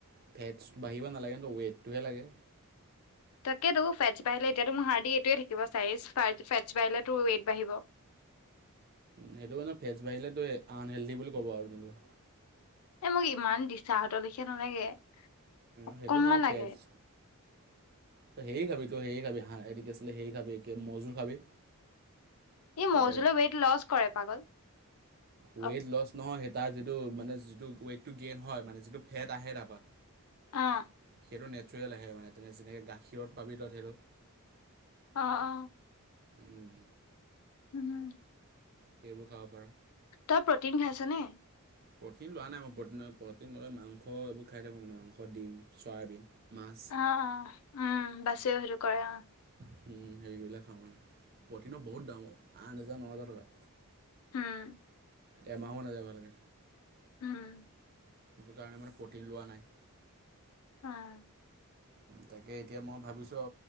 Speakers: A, on the right; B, on the left.
A: ফেটছ বাঢ়িব নালাগে ন' ৱেটটোহে লাগে।
B: তাকেতো ফেটছ বাঢ়িলে এতিয়াতো মোৰ হাৰ্ডি এইটোৱে থাকিব চাইজ ফেটছ বাঢ়িলেতো ৱেইট বাঢ়িব।
A: সেইটো কাৰণে ফেটছ বাঢ়িলেতো আনহেল্ডি বুলি ক'ব আৰু যোনটো
B: এই মোক ইমান দিচা হঁতৰলেখীয়া নালাগে অকনমান
A: সেইটো নহয় পেটছ
B: <inaudible>
A: তই সেৰি খাবি, তই সেৰি খাবি, হাঁ এইটো কি আছিলে সেৰি খাবি, মৌ ঝুল খাবি।
B: এই মৌজুলে
A: এ
B: ৱেইট লচ কৰে পাগল।
A: ৱেইট
B: অ
A: লছ নহয় সেই তাৰ যিটো মানে যিটো ৱেইটটো গেইন হয় মানে যিটো ফেট আহে তাৰপৰা
B: অ'।
A: সেইটো নেচাৰেল আহে মানে তেনে যেনেকৈ গাখীৰত পাবি তই সেইটো
B: অ', অ'।
A: উম,
B: উম, উম।
A: সেইবোৰ খাব পাৰ।
B: তই প্ৰটিন খাইছ নে?
A: প্ৰটিন লোৱা নাই মই প্ৰিন প্ৰটিন নয় মাংস এইবোৰ খাই থাকোঁ মানে মাংস, ডিম, চয়াবিন, মাছ
B: অ', অ', বাছেও সেইটো কৰে অ'।
A: উ, হেৰিবিলাক খাওঁ মানে প্ৰটিনৰ বহুত দাম আঠ হোজাৰ ন হেজাৰ টকা।
B: উম।
A: এমাহো নাযায় ভালকে।
B: উম।
A: সেইটো কাৰণে মানে প্ৰ'টিন লোৱা নাই।
B: অ'।
A: তাকে এতিয়া মই ভাবিছোঁ